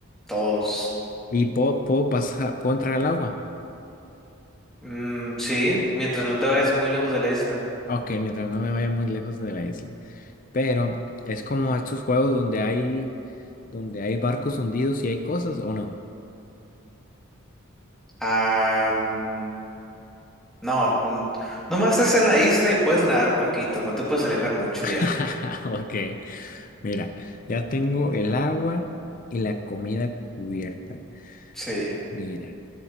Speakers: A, in the centre; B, on the left.
A: todos.
B: Y puedo, puedo pasar, puedo entrar al agua.
A: Mm, sí, mientras no te vayas muy lejos de la isla.
B: Ok, mientras no me vaya muy lejos de la isla. Pero es como estos juegos donde hay, donde hay barcos hundidos y hay cosas, ¿o no?
A: Ah, mm, no, n- nomás es en la isla y puedes nadar poquito, no te puedes alejar mucho
B: <laughs>
A: ya.
B: Ok, mira, ya tengo el agua y la comida cubierta.
A: Sí,
B: Mira,